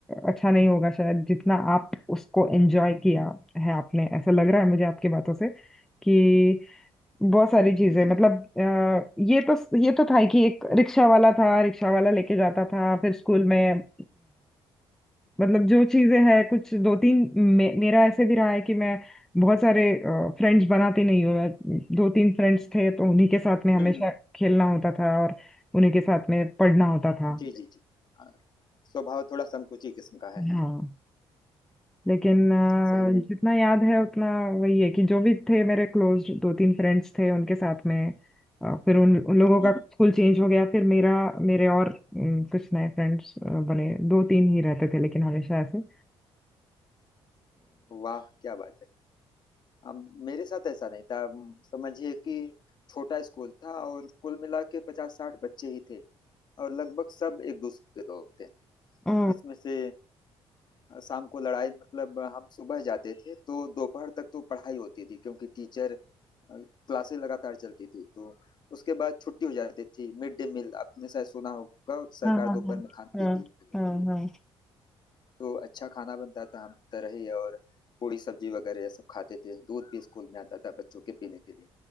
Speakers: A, in the centre; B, on the left.
A: अच्छा नहीं होगा शायद जितना आप उसको एंजॉय किया है आपने ऐसा लग रहा है मुझे आपकी बातों से कि बहुत सारी चीजें
B: जी जी
A: मतलब अ, ये तो ये तो था ही कि एक रिक्शा वाला था रिक्शा वाला लेके जाता था फिर स्कूल में मतलब जो चीजें हैं कुछ दो तीन मे, मेरा ऐसे भी रहा है कि मैं बहुत सारे फ्रेंड्स बनाती नहीं हूँ मैं दो तीन फ्रेंड्स थे तो उन्हीं के साथ में हमेशा
B: हम्म हम्म,
A: खेलना होता था और उन्हीं के साथ में पढ़ना होता था
B: जी जी जी हाँ, स्वभाव थोड़ा संकुची किस्म का है
A: हाँ लेकिन अ,
B: सही है
A: जितना याद है उतना वही है कि जो भी थे मेरे क्लोज दो तीन फ्रेंड्स थे उनके साथ में अ, फिर उन उन लोगों
B: हम्म
A: का
B: हम्म,
A: स्कूल चेंज हो गया फिर मेरा मेरे और अम, कुछ नए फ्रेंड्स बने दो तीन ही रहते थे लेकिन हमेशा ऐसे
B: वाह क्या बात है अब मेरे साथ ऐसा नहीं था अम, समझिए कि छोटा स्कूल था और कुल मिला के पचास साठ बच्चे ही थे और लगभग सब एक दूसरे के दोस्त थे
A: तो
B: जिसमें से शाम को लड़ाई मतलब हम सुबह जाते थे तो दोपहर तक तो पढ़ाई होती थी क्योंकि टीचर क्लासेस लगातार चलती थी तो उसके बाद छुट्टी हो जाती थी मिड डे मील आपने शायद सुना होगा सरकार
A: हाँ हाँ
B: दोपहर
A: हाँ
B: में खाना
A: हाँ
B: देती है खाने
A: हाँ
B: के लिए
A: हाँ
B: तो अच्छा खाना बनता था हम तरह ही और पूरी सब्जी वगैरह ये सब खाते थे दूध भी स्कूल में आता था बच्चों के पीने के लिए